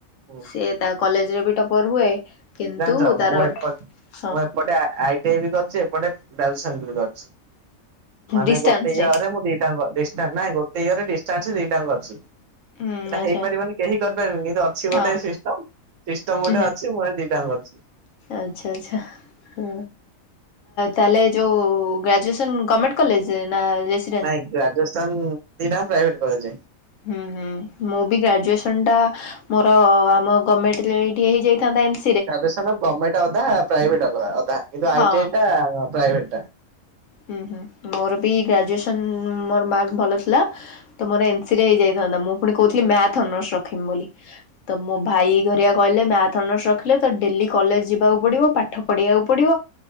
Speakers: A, on the right; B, on the left.
A: ହୁଁ।
B: ସିଏ ତା କଲେଜରେ ବି ଟପ୍ପର ହୁଏ କିନ୍ତୁ
A: ଜାଣିଛ
B: ତାର
A: ମୁଁ ଏପଟ
B: ହଁ।
A: ମୁଁ ଏପଟେ ଆଇ ଟି ଆଇ ବି କରିଛି ଏପଟେ ଗ୍ରାଜୁଏସନ୍ ବି କରିଛି। ମାନେ
B: ଡିଷ୍ଟାନ୍ସରେ
A: ଗୋଟେ ଇୟରରେ ମୁଁ ଦିଟାଙ୍କ ଡିଷ୍ଟାନ୍ସ ରେ ନାଇଁ ଗୋଟେ ଇୟରରେ ଡିଷ୍ଟାନ୍ସ ଦିଟାଙ୍କ ଅଛି। ଏଇଟା
B: ହୁଁ ଆଚ୍ଛା
A: ହେଇପାରିବନି କେହି କରିପାରିବେନି କିନ୍ତୁ ଅଛି
B: ହଁ
A: ଗୋଟେ ସିଷ୍ଟମ ସିଷ୍ଟମ ଗୋଟେ
B: ହୁଁ ହୁଁ
A: ଅଛି। ଅଛି ମୁଁ ଏ ଦିଟାଙ୍କ କରିଛି।
B: ଆଚ୍ଛା ଆଚ୍ଛା ହଁ ତାହେଲେ ଯୋଉ ଗ୍ରାଜୁଏସନ୍ ଗମେଣ୍ଟ। କଲେଜ ନା ରେ ନା ରେଶ୍।
A: ନାଇଁ ଗ୍ରାଜୁଏସନ୍ ଦିଟାଙ୍କ ପ୍ରାଇଭେଟ୍ କଲେଜରେ।
B: ହୁଁ ହୁଁ ମୁଁ ବି ଗ୍ରାଜୁଏସନ୍ ଟା। ମୋର ଆମ ଗଭର୍ଣ୍ଣମେଣ୍ଟରେ ହେଇଯାଇଥାନ୍ତା ଏଇଠି।
A: ଗ୍ରାଜୁଏସନ ଗର୍ଣମେଣ୍ଟ ଅଧା ପ୍ରାଇଭେଟ୍ ଅଧା କିନ୍ତୁ ଆଇ
B: ହଁ
A: ଟି ଆଇ ଟା ପ୍ରାଇଭେଟ୍ ଟା।
B: ହୁଁ ହୁଁ ମୋର ବି ଗ୍ରାଜୁଏସନ୍ ମୋର ମାର୍କ ଭଲ ଥିଲା। ତ ମୋର ଏମ୍ ସି ରେ ହେଇଯାଇଥାନ୍ତା ମୁଁ ପୁଣି କହୁଥିଲି ମ୍ୟାଥ୍ ଅନର୍ସ ରଖିବି ବୋଲି। ତ ମୋ ଭାଇ ଘରିଆ କହିଲେ ମ୍ୟାଥ୍ ଅନର୍ସ ରଖିଲେ ତତେ ଡେଲି କଲେଜ ଯିବାକୁ ପଡ଼ିବ ପାଠ। ପଢିବାକୁ ପଡିବ